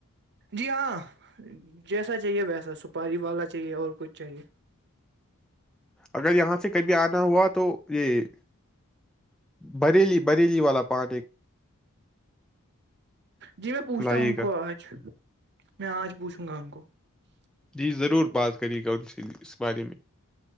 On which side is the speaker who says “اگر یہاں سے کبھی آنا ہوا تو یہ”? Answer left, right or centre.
Centre